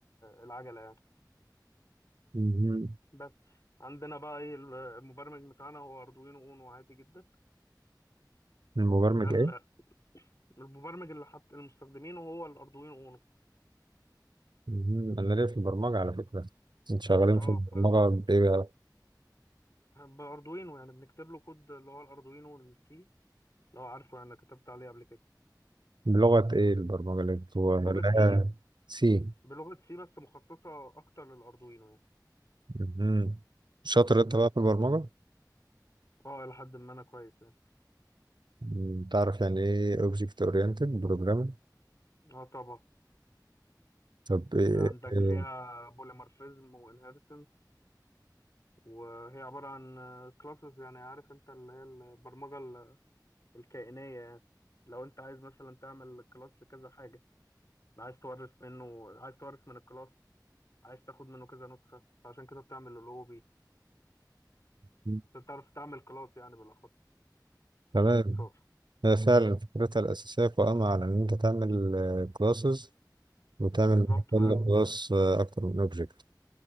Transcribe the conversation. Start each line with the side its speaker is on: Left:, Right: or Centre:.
Left: العجله يعني
Right: مهم.
Left: بس عندنا بقى ايه المبرمج بتاعنا هو اردوينو اونو عادي جدا
Right: المبرمج
Left: ده ال- المبرمج اللي حط المستخدمين هو الاردوينو اونو
Right: مهم. انا ليا في البرمجه على فكره انت شغالين
Left: اه
Right: في البرمجه
Left: ف...
Right: بايه بقى
Left: باردوينو يعني بنكتب له كود اللي هو الاردوينو السي لو عارفه يعني كتبت عليه قبل كده
Right: بلغه ايه البرمجه اللي بتو-
Left: بلغه
Right: اللي
Left: سي
Right: هي سي
Left: بلغه سي بس مخصصه اكتر للاردوينو يعني
Right: مهم. شاطر انت
Left: بس
Right: بقى في البرمجه
Left: اه الى حد ما انا كويس يعني
Right: مم. تعرف يعني ايه اوبجكت اورينتد بروجرامينج
Left: اه طبعا
Right: طب ايه,
Left: عندك
Right: إيه.
Left: فيها بوليمورفيزم وانهيرتنس وهي عبارة عن كلاسز يعني عارف انت اللي هي البرمجة ال- الكائنية يعني لو انت عايز مثلا تعمل كلاس لكذا حاجة عايز تورث منه عايز تورث من الكلاس عايز تاخد منه كذا نسخة عشان كده بتعمل اللوبي
Right: مم.
Left: عشان تعرف تعمل كلاس يعني بالاخص
Right: تمام
Left: او باختصار
Right: هي فعلا فكرتها الاساسيه قائمه على ان انت تعمل كلاسز وتعمل
Left: بالظبط
Right: من كل
Left: ما انت
Right: كلاس اكتر من اوبجكت